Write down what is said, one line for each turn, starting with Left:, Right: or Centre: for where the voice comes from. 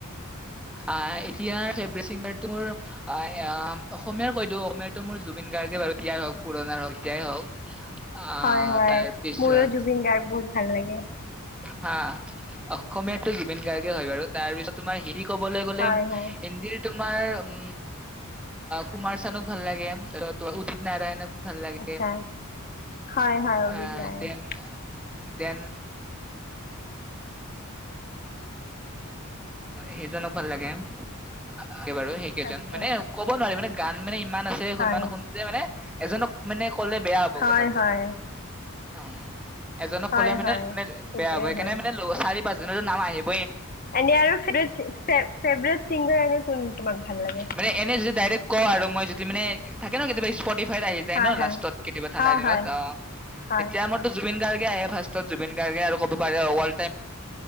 Centre: আহ এতিয়া ফেভট চিংগাৰটো মোৰ অসমীয়াৰ কৈতো অসমীয়াটো মোৰ জুবিন গাৰ্গে বাৰুয়াই হওক পুৰণাৰ হওক এয়াই হওক আহ
Left: হয় হয়
Centre: তাৰপিছত
Left: মোৰো জুবিন গাৰ্গ বহুত ভাল লাগে।
Centre: হা অসমীয়াো জুবিন গাৰ্গে হয় বাৰু তাৰ পিছত তোমাৰ ক'বলৈ গ'লে
Left: হয় হয়
Centre: ইণ্ডিয়াৰ তোমাৰ উম কুমাৰ চানক ভাল লাগে উদিত নাৰায়ণক ভাল লাগে
Left: আচ্ছা, হয় হয়।
Centre: আহ
Left: <unintelligible>
Centre: দেন দেন সেইজনক ভাল লাগে। একে বাৰু সেইকেইজন
Left: আচ্ছা
Centre: মানে ক'ব নোৱাৰি। মানে, গান মানে, ইমান আছে, সিমান
Left: হয়।
Centre: শুনো যে মানে। এজনক মানে, ক'লে বেয়া হ'ব
Left: হয়
Centre: কথাটো।
Left: হয়
Centre: অ'ম। এজনক
Left: হয়
Centre: ক'লে মানে
Left: হয়
Centre: মানে
Left: সেইটোয়ে
Centre: বেয়া হ'ব। কেনে
Left: হয়।
Centre: মানে ল চাৰিপ বা জুনে জুনে নাম আহিব
Left: এনে আৰু ছেবেৰেট ছি ফে ফেভৰেট ছিংগাৰ এনে কোন? তোমাক ভাল লাগে?
Centre: মানে এনে যদি ডাইৰেক্ট কওঁ আৰু মই যদি মানে থাকে ন কেতিয়াবা স্পটি ফাইত আহি যায়
Left: হয়
Centre: ন লাষ্টত
Left: হয়
Centre: কেতিয়াবা ঠাণ্ডা
Left: হয়
Centre: দিনত
Left: হয়
Centre: অ,
Left: হয়
Centre: এতিয়া আমাৰ ত জুবিন গাৰ্গ। কে আহে ফাৰ্ষ্টতত জুবিন গাৰ্গে আৰু কব পাৰে ৱাল্ড